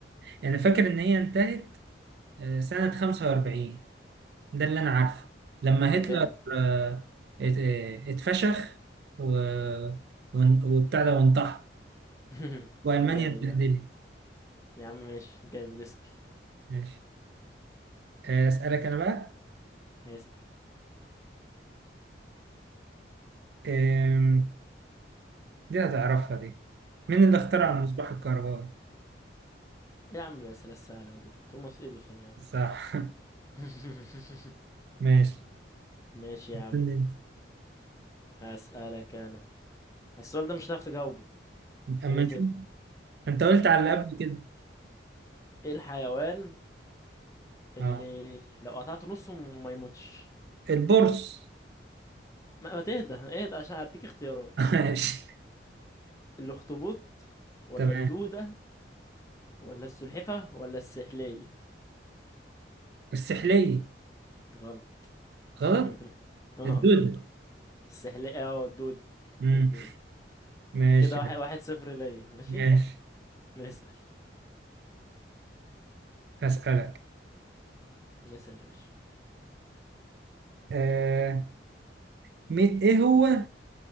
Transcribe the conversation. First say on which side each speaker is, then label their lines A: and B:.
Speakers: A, on the right; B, on the left.
A: يعني فاكر ان هي انتهت آه، سنة 45 ده اللي انا عارفه لما
B: جامد
A: هتلر آه، ات- آه، اتفشخ و... ون- وبتاع ده وانتحر
B: <laughs>
A: والمانيا
B: جامد
A: اتبهدلت
B: يا عم يا عم ماشي جامد اسال
A: ماشي آه، اسالك انا بقى
B: هيسأل
A: آم، دي هتعرفها دي مين اللي اخترع
B: مم.
A: المصباح الكهربائي
B: إيه يا عم الأسئلة السهلة دي توماس إديسون يا عم
A: صح
B: <laughs>
A: <laughs> ماشي
B: ماشي يا
A: استنى
B: عم هسألك أنا السؤال ده مش هتعرف تجاوبه
A: انت. اما
B: كده كده
A: نشوف انت قلت على اللي
B: إيه
A: قبل كده
B: إيه الحيوان اللي
A: اه
B: لو قطعته نصه ما يموتش
A: البورص
B: ما, ما تهدى اهدى عشان هديك اختيارات
A: <laughs> ماشي
B: الأخطبوط
A: <laughs>
B: ولا
A: تمام
B: الدودة ولا السلحفة ولا السحلية
A: السحلية
B: غلط
A: غلط
B: <laughs> اه
A: الدودة
B: السحلية اه الدودة
A: مم.
B: الدودة
A: ماشي
B: كده واحد واحد صفر ليا ماشي
A: ماشي
B: نسأل
A: هسألك
B: نسأل يا باشا
A: آه. مي- إيه هو